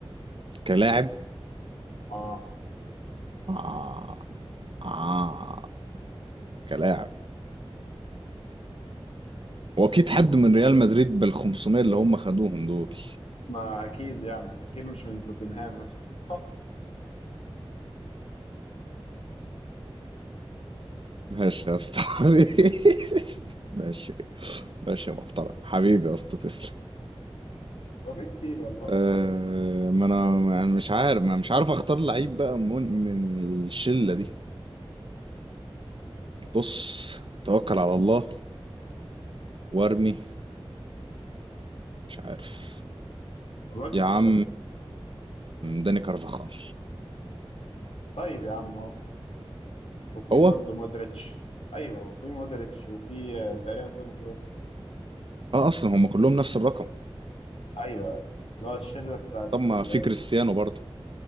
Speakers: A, on the right; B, on the left.
A: كلاعب
B: اه
A: آه آه كلاعب واكيد حد من ريال مدريد بال 500 اللي هم خدوهم دول
B: ما اكيد يعني اكيد مش من توتنهام مثلا <laughs>
A: ماشي يا اسطى <laughs> حبيبي ماشي ماشي يا محترم حبيبي يا اسطى تسلم
B: هو في كتير والله
A: أه ما انا ما أنا مش عارف ما مش عارف اختار لعيب بقى من, من الشلة دي بص توكل على الله وارمي مش عارف
B: والله سؤال
A: يا عم
B: سهل
A: داني كارفاخال
B: طيب يا عم وفي
A: هو
B: برضه مودريتش ايوه وفي مودريتش وفي آه، تقريبا توني كروس
A: اه اصلا هم كلهم نفس الرقم
B: ايوه اللي هو الشله بتاعت
A: طب ما
B: الريال
A: في كريستيانو
B: دي.
A: برضو